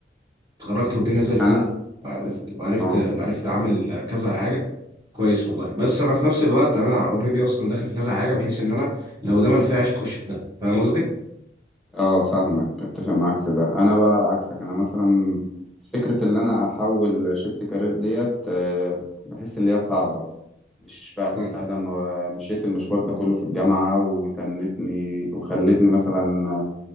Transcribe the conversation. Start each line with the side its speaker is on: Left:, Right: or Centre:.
Right: اتخرجت والدنيا زي الفل
Centre: انا
Right: وعرفت وعرفت
Centre: اه
Right: وعرفت اعمل كذا حاجه كويس والله بس انا في نفس الوقت انا اوريدي اصلا داخل في كذا حاجه بحيث ان انا لو ده ما نفعش اخش في ده فاهم قصدي؟
Centre: اه فاهمك اتفق معاك في ده انا بقى على عكسك انا مثلا فكرة اللي انا احول شيفت كارير ديت آه، بحس اللي هي صعبة مش
Right: مم.
Centre: بعد ما مشيت المشوار ده كله في الجامعة وتنتني وخلتني مثلا